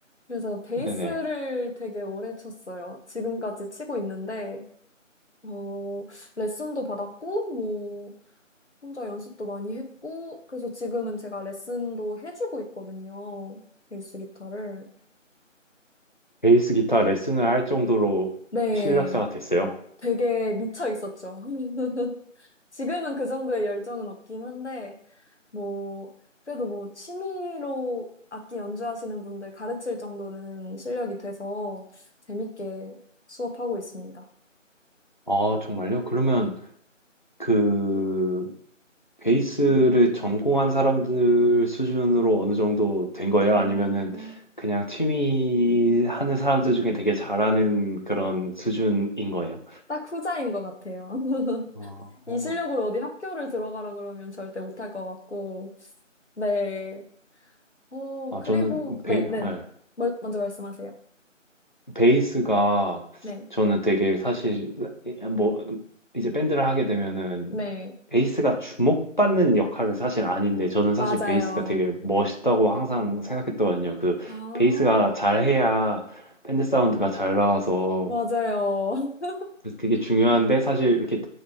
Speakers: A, on the left; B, on the left.
A: 그래서 베이스를
B: 네네.
A: 되게 오래 쳤어요. 지금까지 치고 있는데, 어, 레슨도 받았고, 뭐, 혼자 연습도 많이 했고, 그래서 지금은 제가 레슨도 해주고 있거든요. 베이스 기타를.
B: 베이스 기타 레슨을 할 정도로
A: 네,
B: 실력자가 됐어요.
A: 되게 미쳐 있었죠. <laughs> 지금은 그 정도의 열정은 없긴 한데, 뭐, 그래도 뭐, 취미로 악기 연주하시는 분들 가르칠 정도는 실력이 돼서 재밌게 수업하고 있습니다.
B: 아, 정말요? 그러면 그 베이스를 전공한 사람들 수준으로 어느 정도 된 거예요?
A: 아,
B: 아니면은 그냥 취미 하는 사람들 중에 되게 잘하는 그런 수준인 거예요?
A: 딱 후자인 것 같아요. <laughs>
B: 어,
A: 이 실력으로 어디 학교를 들어가라 그러면 절대 못할 것 같고, 네. 어,
B: 아,
A: 그리고,
B: 저는 베이,
A: 네, 네.
B: 예.
A: 멀- 먼저 말씀하세요.
B: 베이스가
A: 네,
B: 저는 되게 사실 뭐 이제 밴드를 하게 되면은
A: 네.
B: 베이스가 주목받는 역할은 사실 아닌데 저는
A: 맞아요.
B: 사실 베이스가 되게 멋있다고 항상 생각했거든요. 그
A: 아,
B: 베이스가 잘해야 밴드 사운드가 잘 나와서
A: 맞아요. <laughs>
B: 그래서 되게 중요한데 사실 이렇게